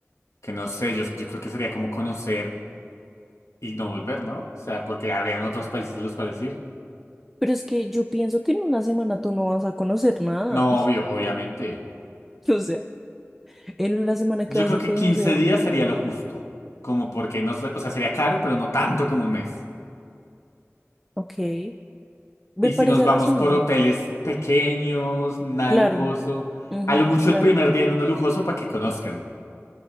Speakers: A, on the left (about 90°); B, in the centre.
A: Que no sé, yo, yo creo que sería como conocer. Y no volver, ¿no? O sea, porque habrían otros países a los cuales ir.
B: Pero es que yo pienso que en una semana tú no vas a conocer nada.
A: No, obvio, obviamente.
B: <laughs> O sea, en una semana
A: Yo
B: que vas
A: creo
B: a
A: que
B: conocer,
A: 15 días sería lo justo. Como porque no, sé- o sea, sería caro, pero no tanto como un mes.
B: ok,
A: Y
B: me parece
A: si nos vamos
B: razonable.
A: por hoteles pequeños, nada
B: Claro,
A: lujoso,
B: ujú,
A: a lo mucho
B: claro,
A: el primer día en uno lujoso para que conozcan.